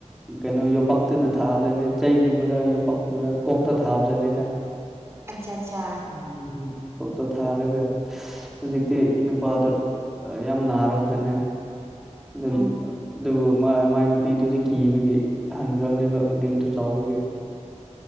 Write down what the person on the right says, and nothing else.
ꯑꯠꯁꯥ ꯑꯠꯁꯥ
ꯎꯝ ꯎꯝ ꯎꯝ ꯎꯝ ꯎꯝ